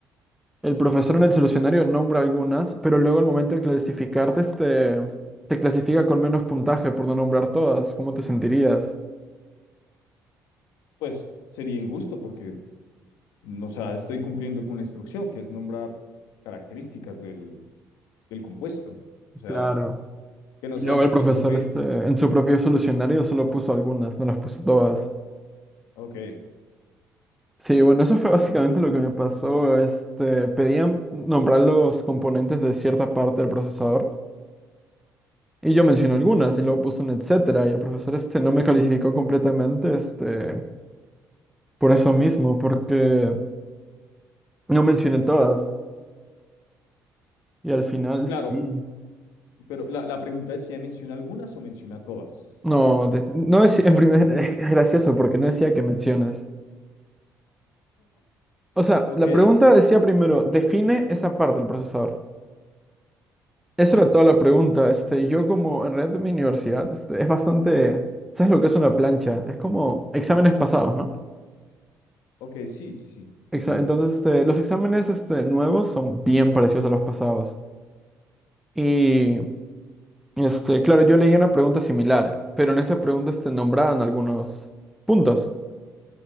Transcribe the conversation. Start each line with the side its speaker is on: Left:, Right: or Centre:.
Centre: El profesor en el solucionario nombra algunas, pero luego al momento de clasificarte, este, te clasifica con menos puntaje por no nombrar todas. ¿Cómo te sentirías?
Left: Pues sería injusto porque, o sea, estoy cumpliendo con la instrucción, que es nombrar características del, del compuesto. O sea,
Centre: Claro.
Left: que no
Centre: Y
Left: sean
Centre: luego
Left: las
Centre: el profesor,
Left: que el profe...
Centre: este, en su propio solucionario solo puso algunas, no las puso todas.
Left: Ok,
Centre: Sí, bueno, eso fue
Left: pues,
Centre: básicamente lo que me pasó. Este, pedían nombrar los componentes de cierta parte del procesador y yo mencioné algunas y luego puse un etcétera y el profesor este no me calificó completamente, este, por eso mismo, porque no mencioné todas y al final
Left: claro,
Centre: Sí.
Left: pero la, la pregunta es si ya menciona algunas o menciona todas.
Centre: no de- no decía en primer <laughs> es gracioso porque no decía que menciones. O sea,
Left: Ok,
Centre: la pregunta decía primero, define esa parte del procesador. Eso
Left: ya.
Centre: era toda la pregunta. Este, yo como en realidad en mi universidad este, es bastante... ¿Sabes lo que es una plancha? Es como exámenes pasados, ¿no?
Left: Ok, sí, sí, sí,
Centre: Exa-
Left: entiendo.
Centre: Entonces, este, los exámenes este, nuevos son bien parecidos a los pasados. Y, este, claro, yo leí una pregunta similar, pero en esa pregunta este, nombraban algunos puntos.